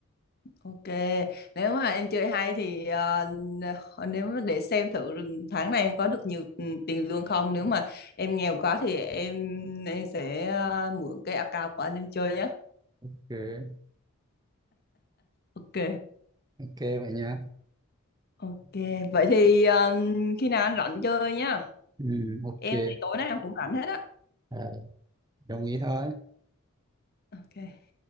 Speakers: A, on the left (about 45°); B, on the right (about 20°).
A: ok. Nếu mà em chơi hay thì ờ, nếu mà để xem thử tháng này em có được nhiều ừ, tiền lương không. Nếu mà em nghèo quá thì em em sẽ ờ, mượn cái account của anh em chơi nhé.
B: Ok,
A: Ok.
B: ok vậy nhá.
A: Ok. Vậy thì ờ, khi nào anh rảnh chơi nhá.
B: Ừ, ok,
A: Em thì tối nay em cũng rảnh hết á.
B: Ờ, đồng ý thôi.
A: Ok.